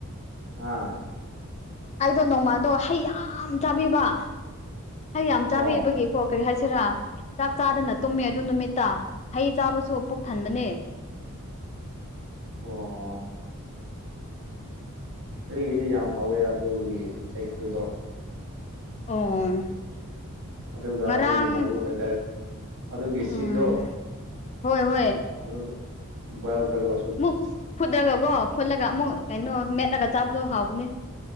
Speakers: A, on the right (about 60°); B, on the left (about 30°).
A: ꯑꯥ
B: ꯑꯩꯗꯣ ꯅꯣꯡꯃꯗꯣ ꯍꯩ ꯌꯥꯝ ꯆꯥꯕꯤꯕ ꯍꯩ ꯌꯥꯝ ꯆꯥꯕꯤꯕꯒꯤꯀꯣ
A: ꯑꯣ
B: ꯀꯔꯤ ꯍꯥꯏꯁꯤꯔꯥ ꯆꯥꯛ ꯆꯥꯗꯅ ꯇꯨꯝꯃꯦ ꯑꯗꯨ ꯅꯨꯃꯤꯠꯇ ꯍꯩ ꯆꯥꯕꯁꯨ ꯄꯨꯛ ꯊꯟꯕꯅꯦ
A: ꯑꯣ ꯑꯩꯒꯤꯗꯤ ꯌꯥꯝ ꯍꯧꯋꯦ ꯑꯗꯨꯒꯤ <unintelligible>
B: ꯑꯣ
A: ꯑꯗꯨꯒ
B: ꯉꯔꯥꯡ
A: ꯑꯗꯨꯒꯤ ꯃꯔꯨ ꯍꯥꯏꯇꯥꯔꯦ ꯑꯗꯨꯒꯤ ꯁꯤꯠꯇꯣ
B: ꯎꯝ ꯍꯣꯏ ꯍꯣꯏ
A: ꯑꯗꯨꯗꯣ ꯕꯣꯏꯋꯦꯜ ꯇꯧꯔꯒ
B: ꯃꯨꯛ ꯐꯨꯠꯂꯒ ꯀꯣ ꯐꯨꯠꯂꯒ ꯑꯃꯨꯛ ꯀꯩꯅꯣ ꯃꯦꯠꯂꯒ ꯆꯥꯕꯗꯣ ꯍꯥꯎꯕꯅꯦ